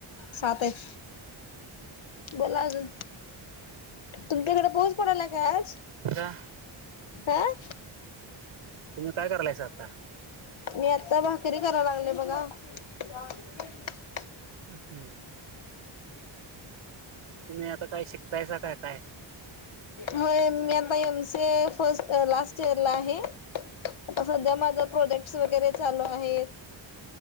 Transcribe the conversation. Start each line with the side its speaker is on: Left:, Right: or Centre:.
Left: सात आहेत, बोला अजून. तुमच्याकड पाऊस पडलाय काय आज,
Right: का
Left: आं.
Right: तुम्ही काय करालयसा आता?
Left: मी आत्ता भाकरी करा लागले बघा. <inaudible>
Right: हम्म. तुम्ही आता काय शिकतायसा काय काय?
Left: होय मी आता M C A first last इयरला आहे. आता सध्या माझ प्रोजेक्ट्स वगैरे चालू आहेत.